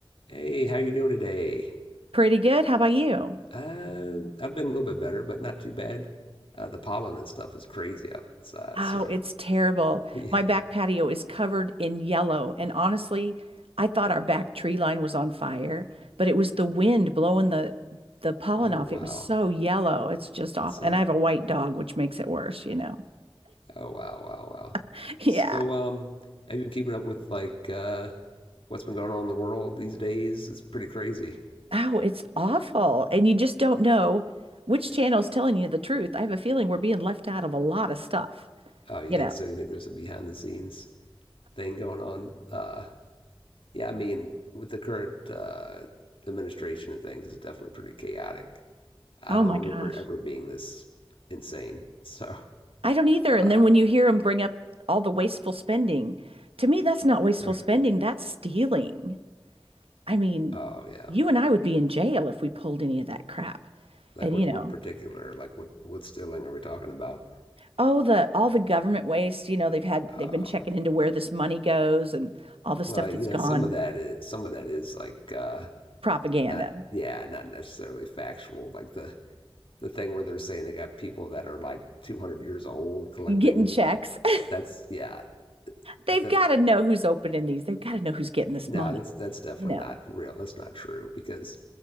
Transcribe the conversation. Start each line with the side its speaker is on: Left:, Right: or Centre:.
Left: Hey, how you doing today?
Right: Pretty good. How about you?
Left: Uh, I've been a little bit better, but not too bad. Uh, the pollen and stuff is crazy outside,
Right: Oh,
Left: so
Right: it's terrible.
Left: <laughs> yeah.
Right: My back patio is covered in yellow. And honestly, I thought our back tree line was on fire, but it was the wind blowing the the pollen
Left: Oh
Right: off.
Left: wow,
Right: It was so yellow. It's just awful.
Left: that's some.
Right: And I have a white dog, which makes it worse, you know.
Left: Oh wow, wow, wow.
Right: <laughs> Yeah.
Left: So um, have you been keeping up with like uh, what's been going on in the world these days? It's pretty crazy.
Right: Oh, it's awful. And you just don't know which channel's telling you the truth. I have a feeling we're being left out of a lot of stuff,
Left: Oh, you
Right: you
Left: think
Right: know.
Left: so? You think there's a behind the scenes thing going on? Uh, yeah, I mean, with the current uh, administration and things, it's definitely pretty chaotic. I
Right: Oh
Left: don't
Right: my
Left: remember
Right: gosh.
Left: it ever being this insane. <laughs> So
Right: I don't either. And
Left: Um,
Right: then when you hear them bring up all the wasteful spending, to me, that's not wasteful
Left: Right.
Right: spending, that's stealing. I mean,
Left: oh yeah,
Right: you and I would be in jail if we pulled any of that crap.
Left: like
Right: And
Left: what
Right: you
Left: what
Right: know,
Left: particular like what what stealing are we talking about?
Right: oh, the all the government waste, you know, they've had
Left: Um,
Right: they've been checking into where this money goes and all the stuff
Left: well, you
Right: that's
Left: know,
Right: gone,
Left: some of that is some of that is like uh,
Right: propaganda,
Left: not yeah, not necessarily factual. Like the the thing where they're saying they got people that are like 200 years old collecting.
Right: getting checks. <laughs>
Left: That's yeah,
Right: They've
Left: that
Right: got to know who's opening these. They've got to know who's getting this
Left: no,
Right: money,
Left: that's that's definitely
Right: you know.
Left: not real. That's not true because